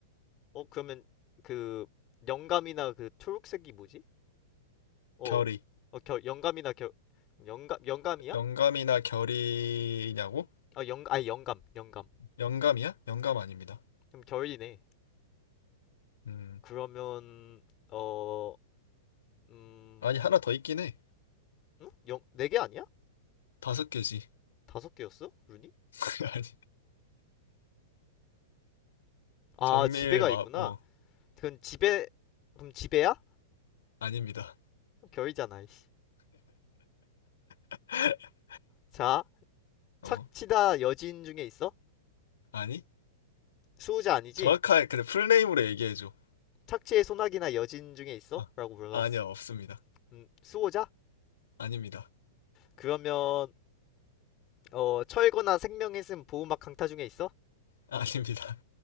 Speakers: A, on the left (about 30°); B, on the left (about 90°).
A: 어 그러면 그 영감이나 그 초록색이 뭐지? 어,
B: 결이.
A: 어 겨, 영감이나 겨 영감 영감이야?
B: 영감이나 결이냐고?
A: 아 영, 아니 영감 영감
B: 영감이야? 영감 아닙니다.
A: 그럼 결이네
B: 음,
A: 그러면 어, 음,
B: 아니, 하나 더 있긴 해.
A: 응? 영, 네개 아니야?
B: 다섯 개지.
A: 다섯 개였어? 룬이?
B: <laughs> 아니,
A: 아,
B: 정밀
A: 지배가
B: 마,
A: 있구나.
B: 어,
A: 그럼 지배, 그럼 지배야?
B: 아닙니다.
A: 결이잖아, 이씨.
B: <laughs>
A: 자,
B: 어,
A: 착취다 여진 중에 있어?
B: 아니?
A: 수호자 아니지?
B: 정확하게, 근데 풀네임으로 얘기해줘.
A: 착취의 소나기나 여진 중에 있어?
B: 아,
A: 라고 물어봤어.
B: 아니요, 없습니다.
A: 음, 수호자?
B: 아닙니다.
A: 그러면 어, 철거나 생명의슴 보호막 강타 중에 있어?
B: 아닙니다.